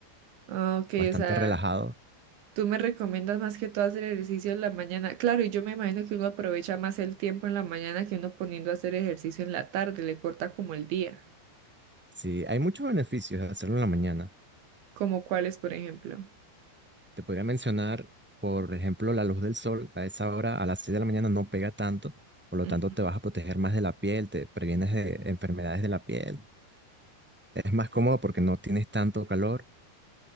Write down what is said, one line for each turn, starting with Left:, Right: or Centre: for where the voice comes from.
Right: Ah, ok,
Centre: bastante
Right: o sea,
Centre: relajado.
Right: tú me recomiendas más que todo hacer ejercicio en la mañana. Claro, y yo me imagino que uno aprovecha más el tiempo en la mañana que uno poniendo a hacer ejercicio en la tarde, le corta como el día.
Centre: Sí, hay muchos beneficios de hacerlo en la mañana.
Right: como cuáles, por ejemplo.
Centre: Te podría mencionar, por ejemplo, la luz del sol a esa hora, a las 6 de la mañana, no pega tanto, por lo
Right: Mm,
Centre: tanto te vas a proteger más de la piel, te previenes de enfermedades de la piel. Es más cómodo porque no tienes tanto calor,